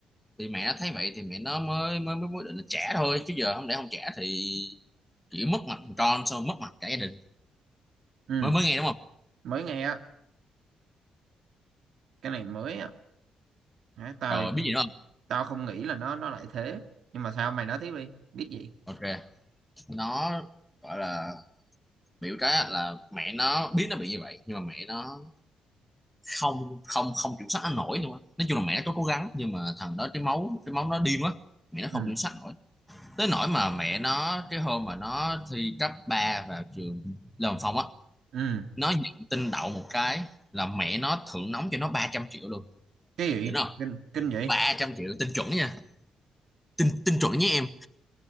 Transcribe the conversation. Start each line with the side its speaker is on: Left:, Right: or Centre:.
Centre: thì mẹ nó thấy vậy thì mẹ nó mới mới mới, mới định là trả thôi chứ giờ không để không trả thì chỉ mất mặt thằng con xong rồi mất mặt cả gia đình
Right: ừ
Centre: mới mới nghe đúng không
Right: mới nghe á cái này mới á Hả, tao
Centre: rồi biết gì đúng không
Right: tao không nghĩ là nó nó lại thế nhưng mà sao mày nói tiếp đi biết gì
Centre: ok nó gọi là biểu cái là mẹ nó biết nó bị như vậy nhưng mà mẹ nó không không không kiểm soát nó nổi luôn á nói chung là mẹ nó có cố gắng nhưng mà thằng đó cái máu cái máu nó điên quá mẹ nó
Right: ừ
Centre: không kiểm soát nổi tới nỗi mà mẹ nó cái hôm mà nó thi cấp 3 vào trường Lâm Phong á
Right: ừ
Centre: nó nhận tin đậu một cái là mẹ nó thưởng nóng cho nó 300 triệu luôn
Right: cái gì
Centre: đỉnh không
Right: kinh kinh vậy
Centre: ba trăm triệu tin chuẩn nha tin tin chuẩn nhé em